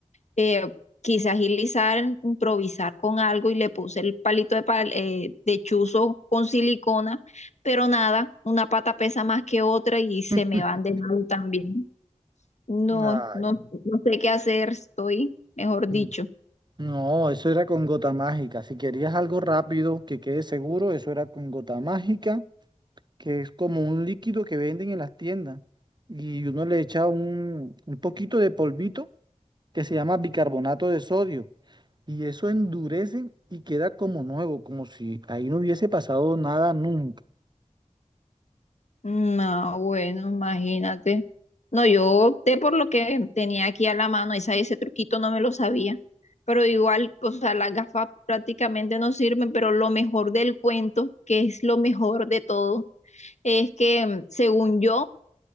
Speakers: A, on the left; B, on the right.
A: eh, quise agilizar, improvisar con algo y le puse el palito de, pal- eh, de chuzo con silicona, pero nada, una pata pesa más que otra y se
B: <laughs>
A: me van de lado también. No,
B: Ay,
A: no, no sé qué hacer, estoy, mejor dicho.
B: mm. no, eso era con gota mágica. Si querías algo rápido que quede seguro, eso era con gota mágica, que es como un líquido que venden en las tiendas. Y uno le echa un, un poquito de polvito que se llama bicarbonato de sodio. Y eso endurece y queda como nuevo, como si ahí no hubiese pasado nada nunca.
A: No, bueno, imagínate. No, yo opté por lo que tenía aquí a la mano, esa, ese truquito no me lo sabía. Pero igual, o sea, las gafas prácticamente no sirven, pero lo mejor del cuento, que es lo mejor de todo, es que mm, según yo,